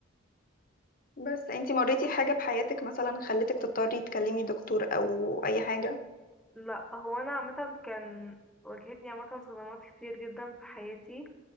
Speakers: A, on the left (about 45°); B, in the centre.
A: بس انتي مريتي حاجه بحياتك مثلا خلتك تضطري تكلمي دكتور او اي حاجه
B: لا هو انا عامة كان واجهتني عامة صدمات كتير جدا في حياتي